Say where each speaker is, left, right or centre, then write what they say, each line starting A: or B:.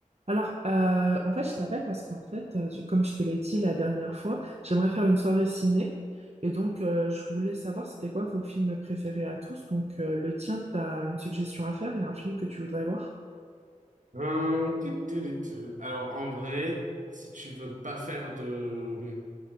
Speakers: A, on the right; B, on the right.
A: Alors, euh, en fait, je t'appelle parce qu'en fait, euh, du- comme je te l'ai dit la dernière fois, j'aimerais faire une soirée ciné. Et donc, euh, je voulais savoir c'était quoi vos films préférés à tous. Donc, euh, le tien, t'as une suggestion à faire? Il y a un film que tu voudrais voir?
B: Hum, qui te dit tu Alors, en vrai, si tu veux pas faire de...